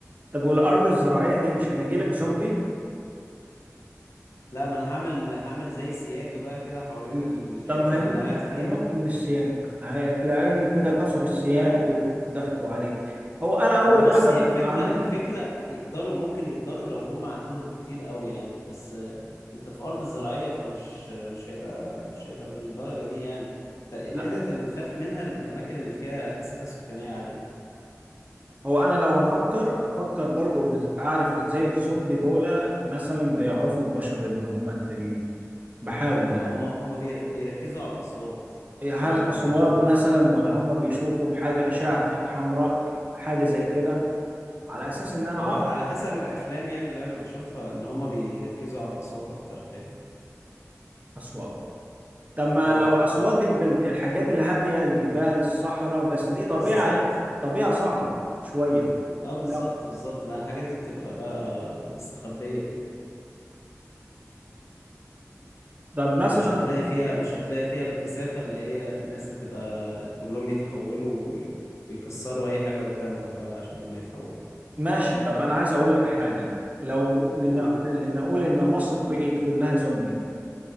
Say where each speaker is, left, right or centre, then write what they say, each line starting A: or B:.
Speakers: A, on the right; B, on the left.
A: طب والارض الزراعيه دي مش هيجي لك زومبي
B: لا ما انا هعمل هعمل زي سياج بقى كده حوالين
A: مم.
B: الحته
A: طب ما
B: اللي
A: هينط
B: انا قاعد فيها
A: هينط من السياج هتلاقيهم كده كسروا السياج
B: لا يا عم
A: ودخلوا عليه هو انا اول
B: هو بص
A: حاجه
B: هي
A: ممكن
B: الفكرة
A: اعملها
B: الفكرة يقدروا ممكن يقدروا لو هم عددهم كتير قوي يعني بس آه، انت في أرض زراعية فمش آه، مش هيبقى مش هيبقى بالدرجة دي يعني ت- الحتت
A: لا
B: اللي تخاف منها الأماكن اللي فيها كثافة سكانية عالية
A: هو انا لو هفكر هفكر برضو إز- اعرف ازاي الزومبي دول مثلا بيعرفوا البشر اللي هم التانيين بحاول يعني
B: آه، هم هم بير- بيركزوا على الأصوات
A: إيه،
B: يعني
A: هل اصوات
B: بيركزوا
A: مثلا ولا هم بيشوفوا بحاجه اشعه تحت حمراء ك- حاجه زي كده على اساس ان انا
B: هو
A: اه
B: على حسب الأفلام يعني اللي أنا بشوفها إن هم بيركزوا على الأصوات أكتر حاجة
A: اصوات طب ما
B: اه
A: لو أصوات
B: ف
A: يبقى الحاجات الهادية الجبال الصحراء بس دي طبيعة
B: بالظبط
A: يعني طبيعة صعبة شوية
B: اه بالظبط
A: لو
B: بالظبط ما الحاجات دي بتبقى بقى مستخبية كده
A: طب مثلا
B: فمش هتلاقي فيها مش هتلاقي فيها الكثافة اللي هي الناس هتبقى كلهم يتحولوا وي- ويكسروا أي حاجة قدامهم بقى عشان لما يتحولوا
A: ماشي طب أنا عايز أقول لك حاجة لو لنا-
B: قول
A: لنقول إن مصر بقت كلها زومبي